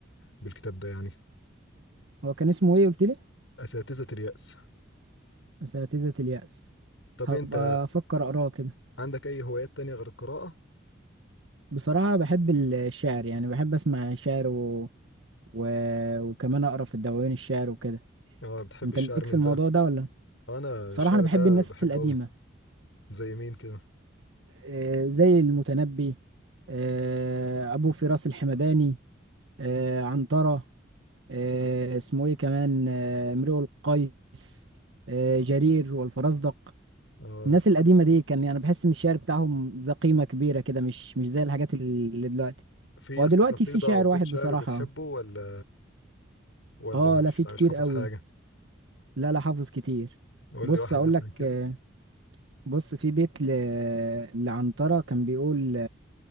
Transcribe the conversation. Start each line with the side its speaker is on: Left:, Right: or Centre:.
Left: بالكتاب ده يعني
Right: هو كان اسمه إيه قلت لي؟
Left: أساتذة اليأس
Right: أساتذة اليأس
Left: طب
Right: هبقى
Left: انت
Right: أفكر أقراه كده
Left: عندك أي هوايات تانية غير القراءة؟
Right: بصراحة بحب ال- الشعر يعني بحب أسمع شعر و... و... وكمان أقرأ في الدواوين الشعر وكده
Left: آه بتحب
Right: أنت
Left: الشعر
Right: ليك
Left: مين
Right: في الموضوع
Left: بقى؟
Right: ده ولا؟
Left: أنا الشعر
Right: بصراحة أنا بحب
Left: ده
Right: الناس
Left: بحبه
Right: القديمة
Left: أوي زي مين كده؟
Right: آه، زي المتنبي آه، أبو فراس الحمداني آه، عنترة آه، اسمه إيه كمان آه، امرؤ القيس آه، جرير والفرزدق
Left: آه
Right: الناس القديمة دي كان يعني بحس إن الشعر بتاعهم ذا قيمة كبيرة كده مش مش زي الحاجات اللي دلوقتي
Left: في
Right: هو
Left: يس
Right: دلوقتي
Left: قصيدة
Right: في شاعر
Left: أو بيت
Right: واحد
Left: شعر
Right: بصراحة
Left: بتحبه ولا ولا
Right: آه
Left: مش
Right: لا في
Left: مش
Right: كتير
Left: حافظ
Right: قوي
Left: حاجة؟
Right: لا لا حافظ كتير
Left: قول
Right: بص
Left: لي واحد
Right: أقول
Left: مثلا
Right: لك
Left: كده
Right: آه، بص في بيت ل- لعنترة كان بيقول